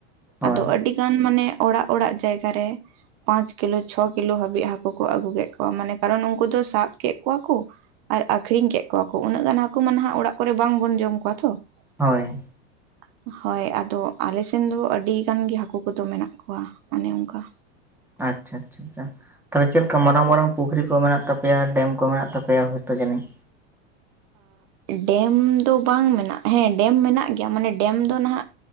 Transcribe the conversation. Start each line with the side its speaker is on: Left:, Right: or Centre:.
Centre: ᱦᱳᱭ
Right: ᱟᱫᱚ ᱟᱹᱰᱤ ᱜᱟᱱ ᱢᱟᱱᱮ ᱚᱲᱟᱜ ᱚᱲᱟᱜ ᱡᱟᱭᱜᱟ ᱨᱮ ᱯᱟᱸᱪ ᱠᱤᱞᱳ ᱪᱷᱚ ᱠᱤᱞᱳ ᱦᱟᱹᱵᱤᱡ ᱦᱟᱹᱠᱩ ᱠᱚ ᱟᱹᱜᱩ ᱠᱮᱫ ᱠᱚᱣᱟ ᱢᱟᱱᱮ ᱠᱟᱨᱚᱱ ᱩᱱᱠᱩ ᱫᱚ ᱥᱟᱵ ᱠᱮᱫ ᱠᱚᱣᱟ ᱠᱚ᱾ ᱟᱨ ᱟᱠᱷᱨᱤᱧ ᱠᱮᱫ ᱠᱚᱣᱟ ᱠᱚ ᱩᱱᱟᱹᱜ ᱜᱟᱱ ᱦᱟᱹᱠᱩ ᱢᱟ ᱱᱟᱦᱟᱸᱜ ᱚᱲᱟᱜ ᱠᱚᱨᱮ ᱵᱟᱝᱵᱚᱱ ᱡᱚᱢ ᱠᱚᱣᱟ ᱛᱚ᱾
Centre: ᱦᱳᱭ,
Right: <unintelligible> ᱦᱳᱭ ᱟᱫᱚ ᱟᱞᱮ ᱥᱮᱱ ᱫᱚ ᱟᱹᱰᱤ ᱜᱟᱱ ᱜᱮ ᱦᱟᱹᱠᱩ ᱠᱚᱫᱚ ᱢᱮᱱᱟᱜ ᱠᱚᱣᱟ ᱚᱱᱮ ᱚᱱᱠᱟ᱾
Centre: ᱟᱪᱪᱷᱟ ᱟᱪᱪᱷᱟ ᱪᱪᱷᱟ᱾ ᱛᱟᱦᱚᱞᱮ ᱪᱮᱫ ᱞᱮᱠᱟ ᱢᱟᱨᱟᱝ ᱢᱟᱨᱟᱝ ᱯᱩᱠᱷᱨᱤ ᱠᱚ ᱢᱮᱱᱟᱜ ᱛᱟᱯᱮᱭᱟ ᱰᱮᱢ ᱠᱚ ᱢᱮᱱᱟᱜ ᱛᱟᱯᱭᱟ ᱦᱳᱭᱛᱳ ᱡᱟᱹᱱᱤᱡ᱾
Right: ᱰᱮᱢ ᱫᱚ ᱵᱟᱝ ᱢᱮᱱᱟᱜ-ᱟ ᱦᱮᱸ ᱰᱮᱢ ᱢᱮᱱᱟᱜ ᱜᱮᱭᱟ ᱢᱟᱱᱮ ᱰᱮᱢ ᱫᱚ ᱱᱟᱦᱟᱸᱜ